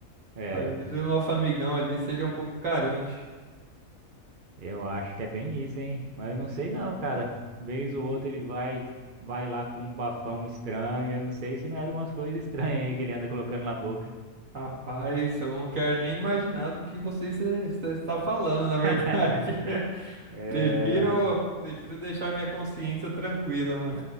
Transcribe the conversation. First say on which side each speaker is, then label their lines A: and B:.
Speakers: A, on the right; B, on the right.
A: É.
B: Talvez o nosso amigão ali seja um pouco carente.
A: Eu acho que é bem isso, hein? Mas eu não sei não, cara. Vez ou outra ele vai vai lá com um bafão estranho. Eu não sei se não é de umas coisas estranhas aí que ele anda colocando na boca.
B: Rapaz, eu não quero nem imaginar do que você está está falando, na verdade.
A: <laughs>
B: <laughs>
A: É,
B: Prefiro, prefiro deixar minha consciência tranquila, mano.